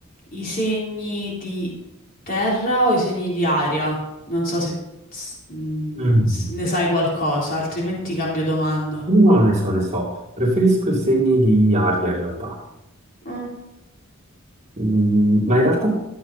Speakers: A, on the left; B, on the right.
A: i segni di terra o i segni di aria? Non so se s- mh,
B: Mm.
A: s- ne sai qualcosa, altrimenti cambio domanda.
B: No, ne so, ne so, preferisco i segni di aria in realtà.
A: Mm,
B: Mm, ma in realtà